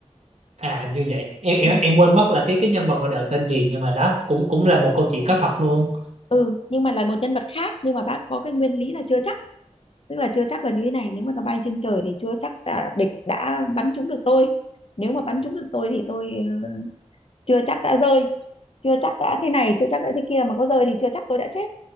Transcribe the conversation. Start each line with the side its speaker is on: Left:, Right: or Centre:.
Right: à hình như vậy em em
Left: ừ.
Right: em quên mất là cái cái nhân vật ngoài đời tên gì nhưng mà đó cũng cũng là một câu chuyện có thật luôn
Left: ừ nhưng mà là một nhân vật khác nhưng mà bác có cái nguyên lý là chưa chắc tức là chưa chắc là như thế này nếu mà nó bay trên trời thì chưa chắc là địch đã bắn trúng được tôi nếu mà bắn trúng được tôi thì tôi ờ, chưa chắc đã rơi chưa chắc đã thế này chưa chắc đã thế kia mà có rơi thì chưa chắc tôi đã chết